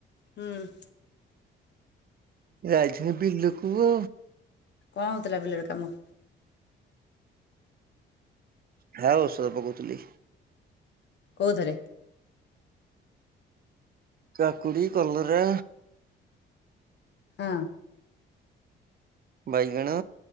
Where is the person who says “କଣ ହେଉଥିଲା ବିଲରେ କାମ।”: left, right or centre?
Left